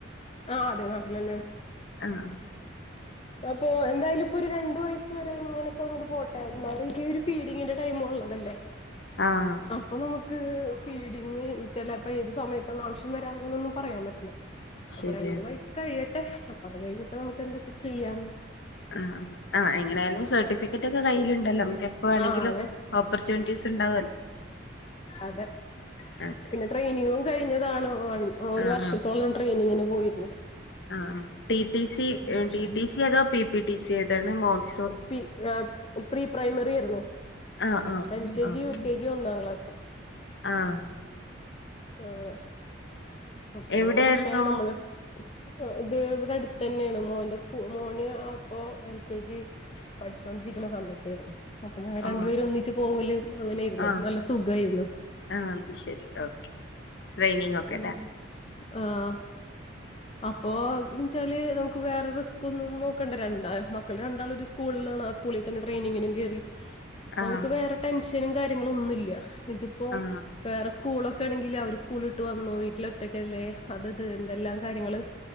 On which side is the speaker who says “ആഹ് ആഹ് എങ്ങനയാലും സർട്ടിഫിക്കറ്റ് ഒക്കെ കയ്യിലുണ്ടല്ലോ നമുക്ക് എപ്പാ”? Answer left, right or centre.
Left